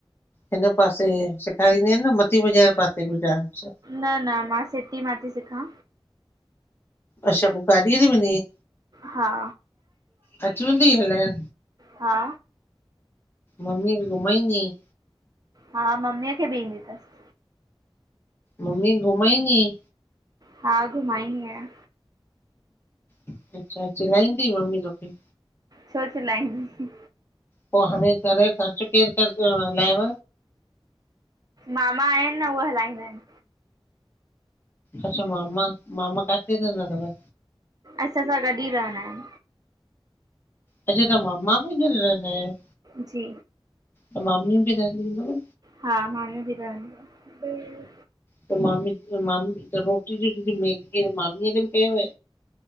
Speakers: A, on the left; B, on the right.
A: हिन पासे सेखारींदियु आहिनि न मती बाज़ार पासे बि डांस।
B: न न मां सिटी मां थी सिखां।
A: अच्छा पो गाॾीअ ते वेंदी आहीं,
B: हा
A: अची वेंदी तई हलाइण?
B: हा
A: मम्मी खे घुमईंदी आहीं?
B: हा मम्मीअ खे भी ईंदी तसि।
A: मम्मी खे घुमाईंदी आहीं?
B: हा, घुमाईंदी आहियां।
A: अच्छा, चिल्लाईंदी तई मम्मी तोखे?
B: छो चिलाईंदी।
A: पो हाणे घर ख़र्च केर पियो हलाऐव?
B: मामा आहिनि न उहे हलाईंदा आहिनि।
A: अच्छा मामा, मामा काथे रहंदा तव?
B: असां सां गॾु ही रहवंदा इन।
A: अच्छा तव्हां मामा सां गॾु रहंदा आहियो?
B: जी
A: त मामी बि रहंदी हूंदव
B: हा मामी भी रहंदी आ।
A: त मामी, मामी त रोटी जी मैगी मामी ल भी कयव